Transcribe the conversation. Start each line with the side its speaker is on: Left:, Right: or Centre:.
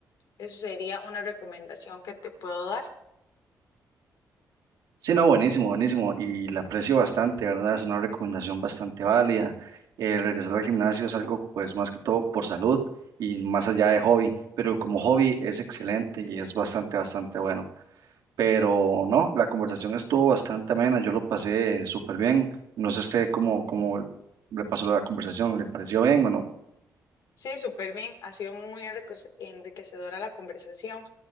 Left: Eso sería una recomendación que te puedo dar.
Right: Sí, no, buenísimo, buenísimo. Y la aprecio bastante, ¿verdad? Es una recomendación bastante válida. Eh, regresar al gimnasio es algo, pues, más que todo por salud y más allá de hobby. Pero como hobby es excelente y es bastante, bastante bueno. Pero no, la conversación estuvo bastante amena. Yo lo pasé súper bien. No sé usted cómo, cómo le pasó la conversación. ¿Le pareció bien o no?
Left: Sí, súper bien. Ha sido muy enriquece- enriquecedora la conversación.